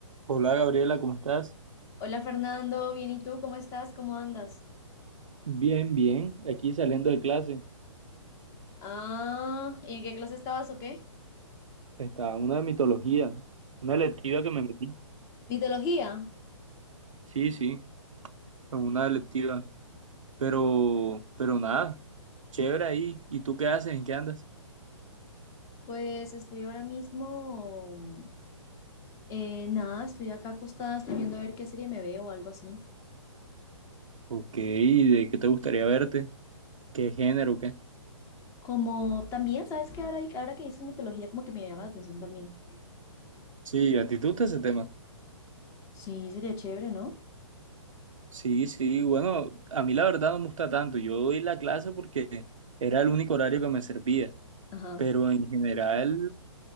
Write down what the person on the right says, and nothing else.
Hola Gabriela, ¿cómo estás?
Bien, bien. Aquí saliendo de clase.
Estaba en una de mitología, una electiva que me metí.
Sí, sí, en una electiva. Pero, pero nada, chévere ahí. ¿Y tú qué haces? ¿En qué andas?
Ok, ¿de qué te gustaría verte? ¿Qué género, qué?
Sí, ¿a ti te gusta ese tema?
Sí, sí, bueno, a mí la verdad no me gusta tanto. Yo doy la clase porque era el único horario que me servía.
Pero en general,